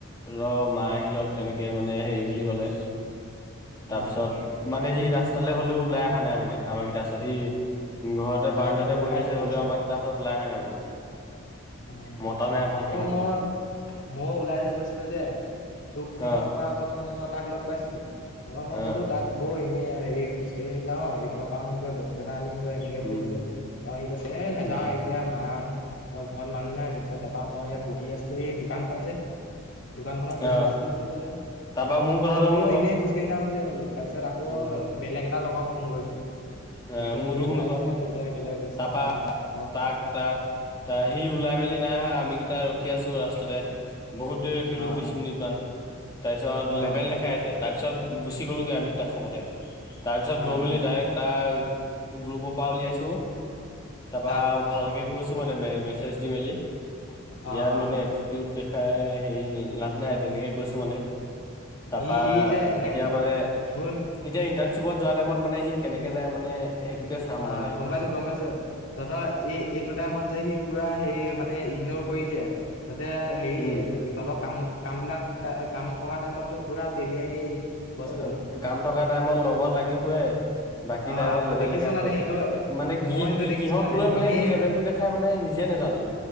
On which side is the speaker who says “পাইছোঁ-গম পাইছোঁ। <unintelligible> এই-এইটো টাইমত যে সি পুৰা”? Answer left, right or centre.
Left